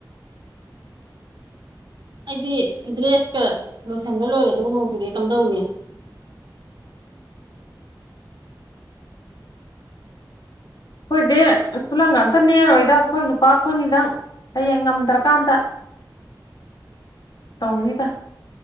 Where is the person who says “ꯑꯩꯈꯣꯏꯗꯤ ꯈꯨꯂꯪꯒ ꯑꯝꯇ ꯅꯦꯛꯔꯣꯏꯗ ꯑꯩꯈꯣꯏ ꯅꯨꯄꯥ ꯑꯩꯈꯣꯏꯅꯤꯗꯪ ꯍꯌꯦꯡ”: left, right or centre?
Left